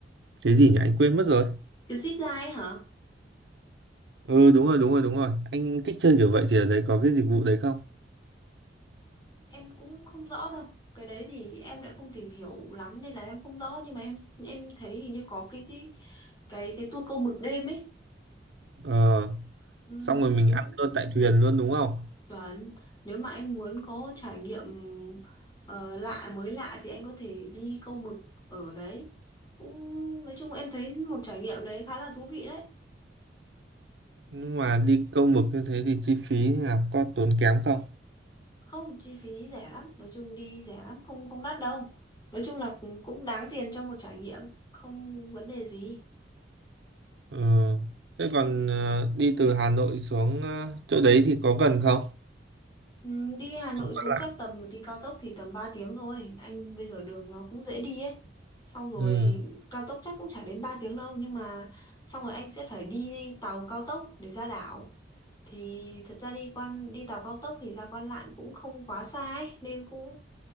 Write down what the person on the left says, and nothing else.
Cái zip line hả?
Em cũng không rõ đâu. Cái đấy thì em lại không tìm hiểu lắm nên là em không rõ nhưng mà em em thấy hình như có cái cái cái, cái tour câu mực đêm ấy.
Ừ,
nếu
Chuẩn, nếu mà anh muốn có trải nghiệm ờ, lạ mới lạ thì anh có thể đi câu mực ở đấy. Cũng nói chung em thấy một trải nghiệm đấy khá là thú vị đấy.
Không, chi phí rẻ lắm, nói chung đi rẻ lắm, không không đắt đâu. Nói chung là cũng cũng đáng tiền cho một trải nghiệm, không vấn đề gì.
Ừ, đi Hà Nội
xuống
chắc tầm đi cao tốc thì tầm 3 tiếng thôi. Anh bây giờ đường nó cũng dễ đi ấy. Xong rồi
cao tốc chắc cũng chả đến 3 tiếng đâu nhưng mà xong rồi anh sẽ phải đi tàu cao tốc để ra đảo. Thì thật ra đi quan đi tàu cao tốc thì ra Quan Lạn cũng không quá xa ấy nên cũng